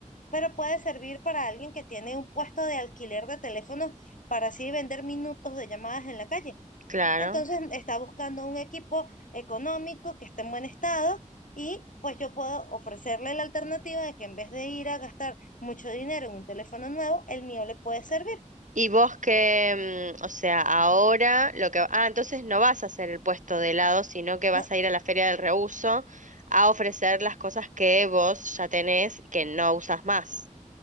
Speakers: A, on the left; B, on the right.
A: pero puede servir para alguien que tiene un puesto de alquiler de teléfonos para así vender minutos de llamadas en la calle.
B: Claro.
A: Entonces está buscando un equipo económico que esté en buen estado y pues yo puedo ofrecerle la alternativa de que en vez de ir a gastar mucho dinero en un teléfono nuevo, el mío le puede servir.
B: Y vos que, mm, o sea, ahora lo que... Ah, entonces no vas a hacer el puesto de helado, sino que vas
A: No,
B: a ir a la feria del reuso a ofrecer las cosas que vos ya tenés y que no usas más.